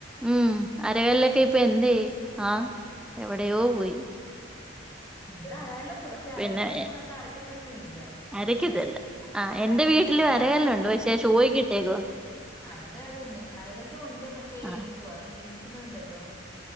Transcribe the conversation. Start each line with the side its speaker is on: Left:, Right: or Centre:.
Centre: ഉം അരകല്ലൊക്കെ ഇപ്പൊ എന്തേ ആഹ എവിടെയോ പോയി
Left: ഇവിടെ അരാലുണ്ട് പക്ഷെ അരാനല്ലൊന്നും
Centre: പിന്നെ
Left: ആ അരക്കത്ത ഒന്നും ഇല്ല
Centre: അരക്കത്തില്ല ആഹ് എൻന്റെ
Left: അരക്കത്തില്ല
Centre: വീട്ടില് അരകല്ല് ഉണ്ട് പക്ഷേ ശോയിക്കിട്ടേക്കോ
Left: ആ് ഇവിടെ അത് തന്നെ അരകല്ലും ഉണ്ട് മറ്റേ
Centre: ആഹ്
Left: എന്തുവാ ഈ ഇടിക്കുന്നണ്ടല്ലോ